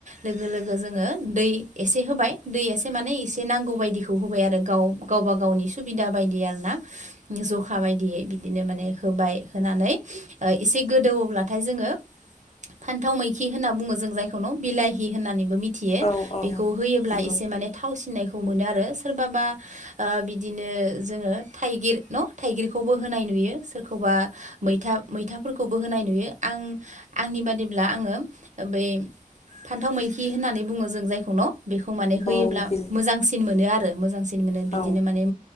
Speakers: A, on the right; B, on the left.
A: लोगो लोगो जोङो दै एसे होबाय दैयासे माने एसे नांगौ बायदिखौ होबाय आरो गाव गावबा गावनि सुबिदा बायदि आरो ना जखा बायदियै बिदिनो माने होबाय होनानै एसे गोदौवोब्लाथाय जोङो फान्थाव मैखि होनना बुङो जों जायखौ न बिलाहि होननानैबो मिथि थियो
B: औ औ
A: बेखौ होयोब्ला
B: नंगौ
A: एसे माने थावसिननायखौ मोनो आरो सोरबाबा बिदिनो जोङो थाइगिर न' थाइगिरखौबो होनाय नुयो सोरखौबा बा मा मैथाफोरखौबो होनाय नु आ आंनि बादिब्ला आङो बै फान्थाव मैखि होननानै बुंङो जों जाय बेखौ माने होयोब्ला
B: औ बिल
A: मोजांसिन मोनो आरो मोजांसिन मोनो बिदिनो
B: औ
A: माने